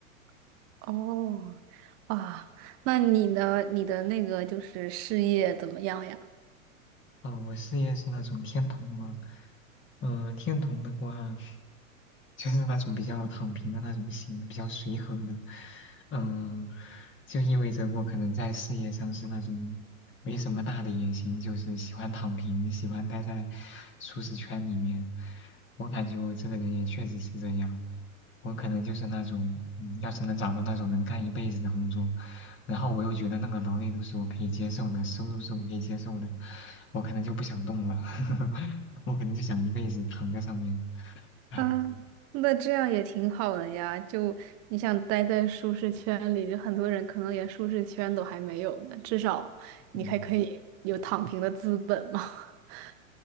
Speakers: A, on the right; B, on the left.
A: <laughs> 哦，啊，那你呢？你的那个就是事业怎么样呀？
B: 啊、我事业是那种天童吗？嗯、天童的话。就是那种比较躺平的那种心，比较随和的，嗯，就意味着我可能在事业上是那种没什么大的野心，就是喜欢躺平，喜欢待在舒适圈里面。我感觉我这个人也确实是这样，我可能就是那种，嗯，要是能找到那种能干一辈子的工作，然后我又觉得那个劳累都是我可以接受的，收入是我可以接受的，我可能就不想动了，<laughs> 我可能就想一辈子躺在上面，唉。
A: 啊，那这样也挺好的呀。就你想待在舒适圈里，就很多人可能连舒适圈都还没有呢。至少你还可以有躺平的资本嘛。
B: 嗯。
A: <laughs>